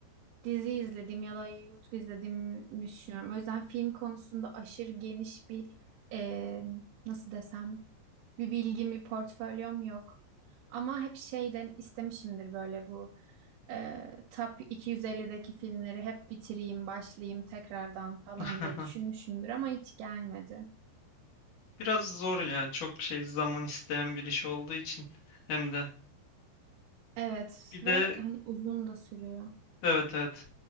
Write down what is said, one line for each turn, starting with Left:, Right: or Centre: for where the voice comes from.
Right: dizi izledim ya da YouTube izlediğimi düşünüyorum. O yüzden film konusunda aşırı geniş bir e, nasıl desem bir bilgim, bir portfolyom yok. Ama hep şeyden istemişimdir böyle bu e, Top 250'deki filmleri hep bitireyim, başlayayım tekrardan falan
Left: <laughs>
Right: diye düşünmüşümdür ama hiç gelmedi.
Left: Biraz zor ya. Çok şey zaman isteyen bir iş olduğu için hem de.
Right: Evet
Left: Bir
Right: ve
Left: de
Right: hani uzun da sürüyor.
Left: evet evet